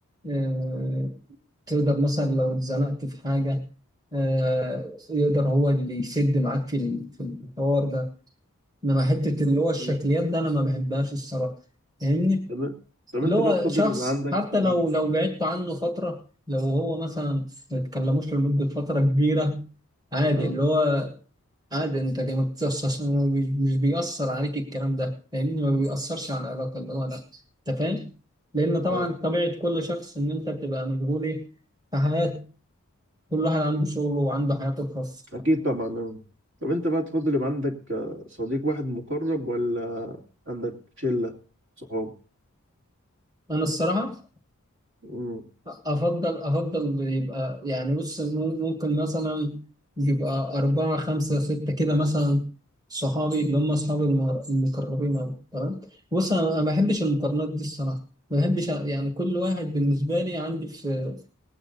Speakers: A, on the right; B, on the right.
A: آه، تقدر مثلا لو اتزنقت في حاجة آه، يقدر هو اللي يسد معاك في ال- في الحوار ده انما حتة اللي هو الشكليات
B: مم.
A: ده انا ما بحبهاش الصراحة فاهمني
B: طب طب
A: اللي
B: انت
A: هو
B: بقى تفضل
A: شخص
B: يبقى عندك
A: حتى لو
B: مم.
A: لو بعدت عنه فترة لو هو مثلا ما تكلموش لمدة فترة كبيرة عادي
B: اه
A: اللي هو عادي انت كده ما بتأثرش مش مش بيأثر عليك الكلام ده فاهمني ما بيأثرش على العلاقة اللي هو لا انت فاهم لأن طبعا
B: اه
A: طبيعة كل شخص إن أنت بتبقى مشغول إيه؟ في حياتك كل واحد عنده شغله وعنده حياته الخاصة
B: اكيد طبعا آه. طب انت بقى تفضل يبقى عندك آه، صديق واحد مقرب ولا عندك شلة صحاب
A: أنا الصراحة
B: مم.
A: أفضل أفضل يبقى يعني بص ممكن مثلا يبقى أربعة خمسة ستة كده مثلا صحابي اللي هم أصحابي المقر- المقربين أوي تمام بص أنا أنا ما بحبش المقارنات دي الصراحة ما بحبش أ- يعني كل واحد بالنسبة لي عندي في